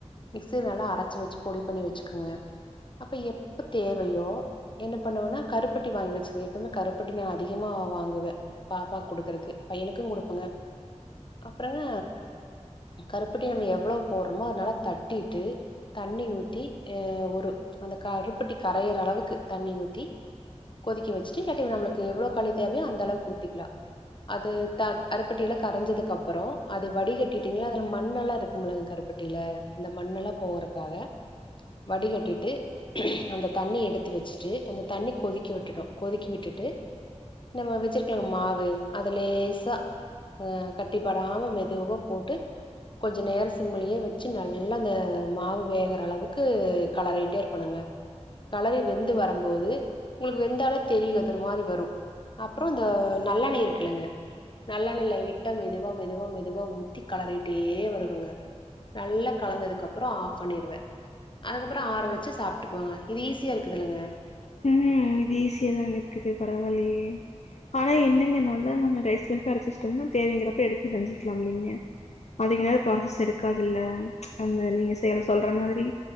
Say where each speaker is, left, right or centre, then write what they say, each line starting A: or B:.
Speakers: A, on the left (about 45°); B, on the left (about 70°).
A: மிக்சில நல்லா அரச்சு வச்சு பொடி பண்ணி வச்சுக்கோங்க அப்ப எப்ப தேவையோ என்ன பண்ணுவேனா கருப்பட்டி வாங்கி வச்சுக்குவு எப்பவுமே கருப்பட்டி நா அதிகமா வாங்குவே பாப்பா குடுக்குறக்கு பையனுக்கு குடுப்பங்க அப்றங்க கருப்பட்டி நம்ம எவ்ளோ போட்றோமோ அத நல்லா தட்டிட்டு தண்ணி ஊத்தி அ ஒரு அந்த க கருப்பட்டி கரையிற அளவுக்கு தண்ணி ஊத்தி கொதிக்க வச்சுட்டு கட்டி நம்ளுக்கு எவ்ளோ களி தேவையோ அந்த அளவுக்கு ஊத்திக்லா அது த கருப்பட்டிய எல்லா கரைஞ்சதுக்கு அப்றோ அது வடிகட்டிட்டீங்ளா அதுல மண்ணெல்லா இருக்கு கருப்பட்டி ல அந்த மண்ணெல்லா போறக்காக வடிகட்டிட்டு அந்த தண்ணி எடுத்து வச்சுட்டு அந்த தண்ணி கொதிக்க விட்டுனு கொதிக்க விட்டுட்டு நம்ம வச்சிருக்கல மாவு அது லேசா அகட்டிப்படாம மெதுவா போட்டு கொஞ்சோ நேரோ சிம்லியே வச்சு நல்லா அந்த மாவு வேகுற அளவுக்கு கலரிட்டே இருக்கணுங்க கலறி வெந்து வரும்போது உங்களுக்கு வெந்தால தெரியு ஒரே மாதிரி வரு அப்றோ இந்த நல்லெண்ணெய் இருக்குள்ளங்க நல்லஎண்ணெய் லைட்டா மெதுவா மெதுவா மெதுவா ஊத்தி கலறிட்டுட்டே வருகுங்க நல்லா கலந்ததுக்கு அப்றோ ஆஃப் பண்ணிடுவே அதுக்கப்றோ ஆற வச்சு சாப்ட்டு கோங்க இது ஈஸியாக இருக்குதுல்லங்க
B: ம் இது ஈஸியாகதாங்க இருக்குது பரவால்லியே ஆனா என்னங்கனால நம்ம ரைஸ் கப்பு அரைவச்ட்டோனா தேவைங்கிறப்ப எடுத்து செஞ்சுக்கலாம் இல்லிங்க அதிக நாளு பளசு எடுக்காதுல்ல அந்த நீங்க செயல சொல்ற மாதிரி